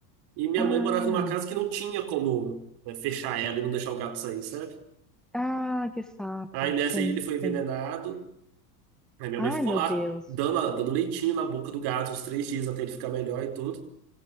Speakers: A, on the right; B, in the centre.
A: E minha
B: Ah,
A: mãe morava numa casa que não tinha como, né, fechar ela e não deixar o gato sair, sabe?
B: ah, que saco.
A: Aí nessa
B: Sim,
A: aí ele foi
B: sim.
A: envenenado. Aí minha
B: Ai,
A: mãe ficou
B: meu
A: lá,
B: Deus,
A: dando, a- dando leitinho na boca do gato uns três dias até ele ficar melhor e tudo.